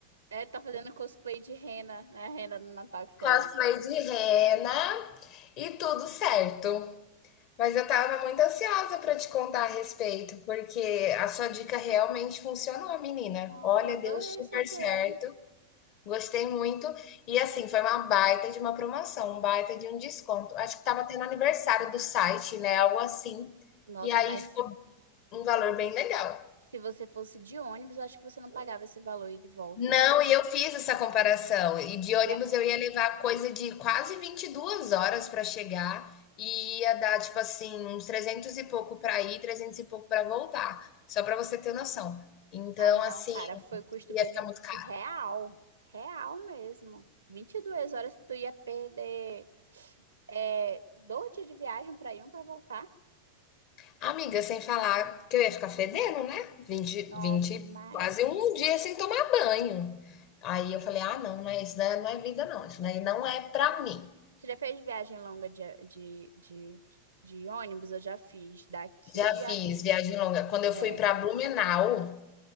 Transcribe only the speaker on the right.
É, tá fazendo cosplay de Rena, né? A Rena no Natal que tem
a.
Nossa,
adorei
saber.
Nossa,
mas
se você fosse de ônibus, eu acho que você não pagava esse valor e de volta.
E aí-
Ah, não,
cara, foi custo-benefício
real. Real mesmo. 22 horas tu ia perder é, dois dias de viagem pra ir, um pra voltar.
Nossa,
demais.
Você já fez viagem longa de, de, de, de ônibus? Eu já fiz. Daqui
a.
É.